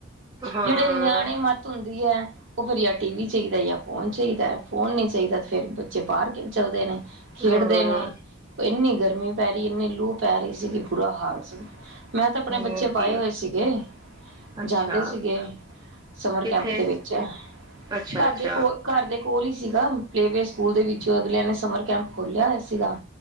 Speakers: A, on the right (about 20°); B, on the right (about 70°).
A: ਹਾਂ
B: ਜਿਹੜੇ ਨਿਆਣੇ ਮੱਤ ਹੁੰਦੀ ਹੈ ਉਹ ਫਿਰ ਯ ਟੀ ਵੀ ਚਾਹੀਦਾ ਜਾਂ ਫੋਨ ਚਾਹੀਦਾ ਫੋਨ ਨਹੀਂ ਚਾਹੀਦਾ ਫਿਰ ਬੱਚੇ ਬਾਹਰ ਚੱਲਦੇ ਨੇ ਖੇਡਦੇ
A: ਹਾਂ
B: ਨੇ ਇੰਨੀ ਗਰਮੀ ਪੈ ਰਹੀ ਇੰਨੀ ਲੂਹ ਪੈ ਰਹੀ ਸੀਗੀ ਬੁਰਾ ਹਾਲ ਸੀ ਮੈਂ ਤਾਂ ਆਪਣੇ ਬੱਚੇ
A: ਹੋਰ ਕੀ
B: ਪਾਏ ਹੋਏ ਸੀਗੇ
A: ਅੱਛਾ
B: ਜਾਂਦੇ ਸੀਗੇ ਸਮਰ
A: ਕਿੱਥੇ
B: ਕੈਂਪ ਦੇ ਵਿੱਚ
A: ਅੱਛਾ
B: ਘਰ
A: ਅੱਛਾ
B: ਦੇ ਕੋਲ ਘਰ ਦੇ ਕੋਲ ਹੀ ਸੀਗਾ ਪਲੇ ਵੇਸਟ ਸਕੂਲ ਦੇ ਵਿੱਚੋਂ ਅਗਲਿਆਂ ਨੇ ਸਮਰ ਕੈਂਪ ਖੋਲਿਆ ਹੋਇਆ ਸੀਗਾ